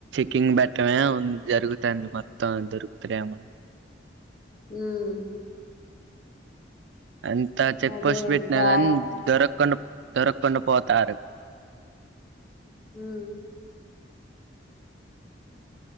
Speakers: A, on the right (about 70°); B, on the left (about 50°).
A: కింగ్ పెట్టమే ఉంద్ జరుగుతుంది మొత్తం దొరుకుతరెమో
B: ఉమ్
A: అంతా చెక్
B: అదే
A: పస్ట్ పెట్నగాన్
B: బ్యాగ్
A: దొరక్ కొండు దొరక్కుండా పోతారు.
B: హ్మ్